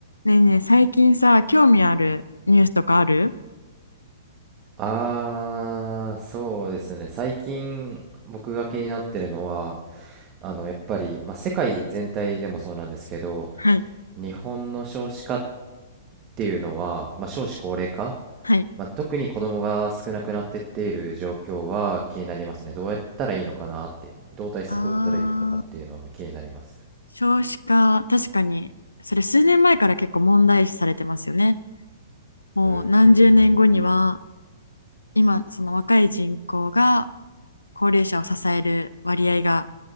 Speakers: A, on the left; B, on the right.
A: ねえねえ、最近さ、興味あるニュースとかある
B: ああ、そうですね。最近僕が気になってるのは、あの、やっぱり、まあ、世界全体でもそうなんですけど、
A: はい。
B: 日本の少子化っていうのは、まあ、少子高齢化、
A: はい。
B: まあ、特に子供が少なくなってっている状況は気になりますね。どうやったらいいのかなって、どう対策を打ったらいいのかっていうのは気になります。
A: あー少子化、確かに、それ数年前から結構問題視されてますよね。もう何十年後には、
B: うん、うん、
A: 今、その若い人口が高齢者を支える割合が、